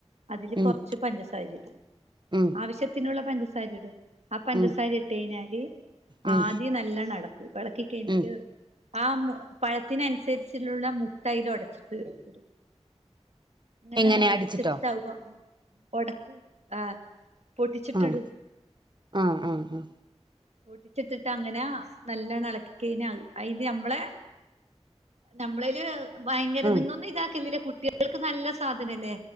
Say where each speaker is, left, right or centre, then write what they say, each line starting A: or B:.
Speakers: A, on the right (about 85°); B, on the right (about 45°).
A: അതില്
B: ഉം
A: കൊർച്ച് പഞ്ചസാരി ഇടും
B: ഉം
A: ആവശ്യത്തിനുള്ള പഞ്ചസാര ഇടും ആ പഞ്ചസാര
B: ഉം
A: ഇട്ടഴിഞ്ഞാല്
B: ഉം
A: ആദ്യം നല്ലണ ഇളക്കും എളക്കി കഴിഞ്ഞിട്ട്
B: ഉം
A: ആ മു പഴത്തിനനുസർച്ചുള്ള മുട്ടയ്ൽ ഒട്ച്ചിട്ട് ഇടും അങ്ങനെയ
B: എങ്ങനെ
A: അടച്ചിട്ടിട്ടാവവാ
B: അടിച്ചിട്ടോ
A: പടക്കൂ ആ പൊട്ടിച്ചിട്ടിടൂ
B: ആഹ് ആഹ് ആഹ് ആഹ്
A: ഓട്ടിച്ചിട്ടിട്ട് അങ്ങനെ നല്ലണ ഇളക്കികയിന്ന അയ്ന് നമ്മളെ നമ്മളേല് ഭയങ്കര
B: ആഹ്
A: ഇതിങ്ങളൊന്നും ഇതാക്കലില്ല കുട്ടികൾക്ക് നല്ല സാധനല്ലേ